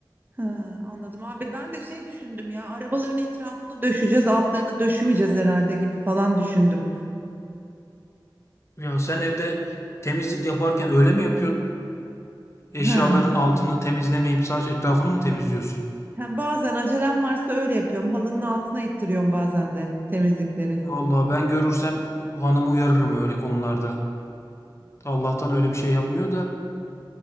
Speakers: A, on the right; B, on the left.
A: ha, anladım abi ben de şey düşündüm ya arabaların etrafını döşeceğiz altlarını döşümeyeceğiz herhalde gibi falan düşündüm.
B: Ya sen evde temizlik yaparken öyle mi yapıyorsun? Eşyaların
A: Ha,
B: altını temizlemeyip sadece etrafını mı temizliyorsun?
A: ha, bazen acelem varsa öyle yapıyorum halının altına ittiriyorum bazen de temizlikleri.
B: Vallahi ben görürsem hanımı uyarırım öyle konularda. Allah'tan öyle bir şey yapmıyor da